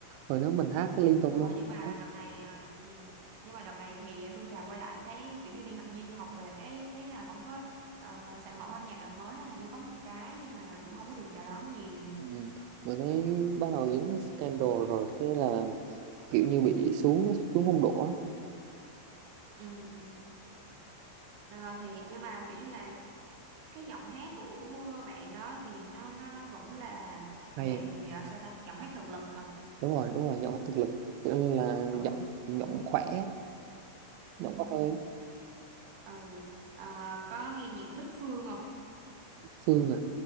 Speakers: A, on the right; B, on the right.
A: rồi nếu mình hát liên tục
B: Ờ,
A: luôn là
B: nhưng mà
A: hát
B: đợt này ờ, ừ. nhưng mà đợt này thì Hương Tràm quay lại thấy kiểu như đi học đi du học về cái thấy là không có ờ, sản phẩm âm nhạc nào mới ha hình như có một cái nhưng mà cũng không có được chào đón nhiều
A: ừ. mình thấy bắt đầu dính scandal rồi cái là kiểu như bị xuống xuống phong độ á.
B: ừ, ừ. Đó, thì nhưng mà kiểu như là cái giọng hát của bạn đó thì nó nó nó vẫn là
A: hay
B: dạng gọi sao ta giọng hát thực lực hả
A: đúng rồi đúng rồi giọng thực lực kiểu như là
B: ừ
A: giọng giọng khỏe
B: ừ,
A: giọng có hơi
B: ừ. Ờ, có nghe nhạc Bích Phương không
A: Phương à